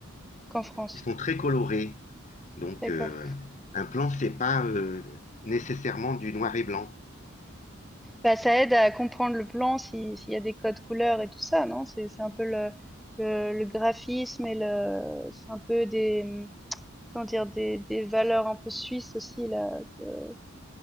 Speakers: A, in the centre; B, on the left.
A: Qu'en France.
B: Ils sont très colorés. Donc
A: D'accord.
B: euh, un plan, c'est pas euh, nécessairement du noir et blanc.
A: Bah, ça aide à comprendre le plan si s'il y a des codes couleurs et tout ça, non? C'est c'est un peu le le, le graphisme et le c'est un peu des hum, comment dire des des valeurs un peu suisses aussi là. euh,